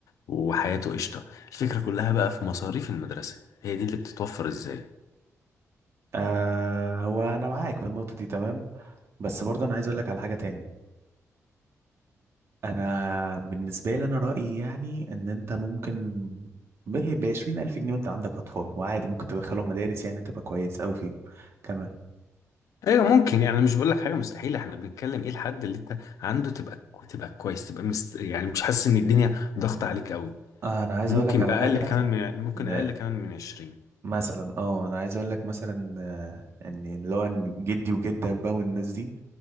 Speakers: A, on the left; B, on the right.
A: وحياته قشطة الفكرة كلها بقى في مصاريف المدرسة هي دي اللي بتتوفر ازاي
B: آه هو انا معاك في النقطة دي تمام بس برضو انا عايز اقول لك على حاجة تاني انا بالنسبة لي انا رأيي يعني ان انت ممكن ب 20 الف جنيه وانت عندك اطفال وعادي ممكن تدخلهم مدارس يعني تبقى كويس قوي فيهم كمان
A: ايوه ممكن يعني مش بقول لك حاجه مستحيله احنا بنتكلم ايه الحد اللي انت عنده تبقى تبقى كويس تبقى مست... يعني مش حاسس ان الدنيا ضغط عليك قوي
B: آه انا عايز
A: ممكن
B: اقول لك على
A: بأقل
B: حاجه
A: كمان من... ممكن
B: إن
A: اقل كمان من 20
B: مثلا اه انا عايز اقول لك مثلا آه، ان اللي هو إن جدي وجدك بقى والناس دي